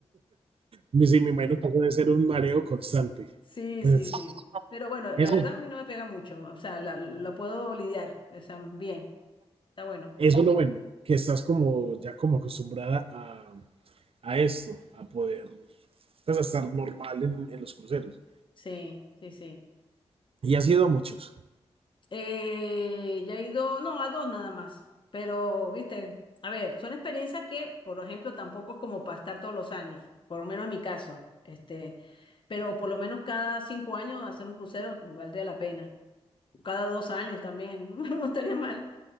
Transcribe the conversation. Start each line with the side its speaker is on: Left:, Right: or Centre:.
Right: Me- Sí, me imagino que eso debe ser un mareo constante.
Left: Sí,
Right: Pues
Left: sí, sí. Pero bueno, la
Right: eso
Left: verdad a mí no me pega mucho, o sea, la, la puedo lidiar, o sea, bien, está bueno.
Right: Eso es lo bueno, que estás como ya como acostumbrada a, a esto, a poder pues, a estar normal en, en los cruceros.
Left: Sí, sí, sí.
Right: Y ha sido a muchos.
Left: Eh, ya he ido, no, a dos nada más, pero, viste, a ver, son experiencias que, por ejemplo, tampoco es como para estar todos los años, por lo menos en mi caso, este, pero por lo menos cada cinco años hacer un crucero valdría la pena, cada dos años también, <laughs> no estaría mal,